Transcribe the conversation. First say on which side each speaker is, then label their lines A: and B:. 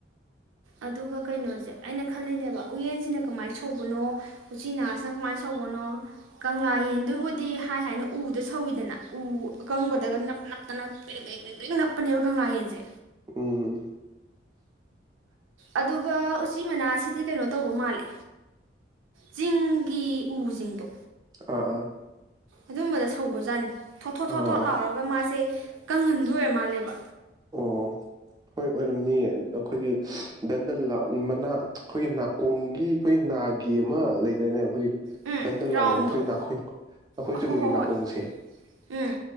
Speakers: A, on the right (about 85°); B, on the right (about 20°).
A: ꯑꯗꯨꯒ ꯀꯩꯅꯣꯁꯦ ꯑꯩꯅ ꯈꯜꯂꯤꯅꯦꯕ ꯎꯌꯦꯟꯁꯤꯅ ꯀꯃꯥꯏꯅ ꯁꯧꯕꯅꯣ ꯎꯆꯤꯅꯥꯍꯁꯤꯅ ꯀꯃꯥꯏꯅ ꯁꯧꯕꯅꯣ ꯀꯪꯂꯥ ꯌꯦꯟꯗꯨꯕꯨꯗꯤ ꯍꯥꯏ ꯍꯥꯏꯅ ꯎꯗ ꯁꯧꯏꯤꯗꯅ ꯎ ꯑꯀꯪꯕꯗꯒ ꯅꯞ ꯅꯞꯇꯅ ꯄ ꯂ ꯅꯞꯄꯅꯦꯕ ꯀꯪꯂꯥ ꯌꯦꯟꯁꯦ
B: ꯎꯝ
A: ꯑꯗꯨꯒ ꯎꯆꯤ ꯃꯅꯥꯁꯤꯗꯤ ꯀꯩꯅꯣ ꯇꯧꯕ ꯃꯥꯜꯂꯦ ꯆꯤꯡꯒꯤ ꯎꯁꯤꯡꯗꯣ
B: ꯑꯥ ꯑꯥ
A: ꯑꯗꯨꯝꯕꯗ ꯁꯧꯕꯖꯥꯠꯅꯤ ꯊꯣꯠ ꯊꯣꯠ ꯊꯣꯠ
B: ꯑꯥ
A: ꯊꯣꯠ
B: ꯑꯥ
A: ꯂꯥꯎꯔꯒ ꯃꯥꯁꯦ ꯀꯪꯍꯟꯗꯣꯏꯣ ꯑꯣꯏꯔꯃꯥꯜꯂꯦꯕ
B: ꯑꯣ ꯍꯣꯏ ꯑꯣꯏꯔꯝꯅꯤꯌꯦ ꯑꯩꯈꯣꯏꯒꯤ ꯗꯟꯗꯟ ꯃꯅꯥ ꯑꯩꯈꯣꯏꯒꯤ ꯅꯥꯀꯣꯡꯒꯤ ꯑꯩꯈꯣꯏ ꯅꯥꯒꯤ ꯑꯃ ꯂꯩꯗꯥꯅꯦ ꯑꯩꯈꯣꯏꯒꯤ
A: ꯎꯝ
B: ꯗꯟꯗꯟ
A: ꯔꯥꯎꯟꯗꯣ
B: ꯂꯕ ꯃꯈꯣꯏ ꯅꯥꯈꯣꯏ ꯑꯩꯈꯣꯏ
A: ꯑꯍꯣ
B: ꯆꯨꯝꯅꯒꯤ
A: ꯍꯣ ꯍꯣꯏ
B: ꯅꯥꯀꯣꯡꯁꯦ
A: ꯎꯝ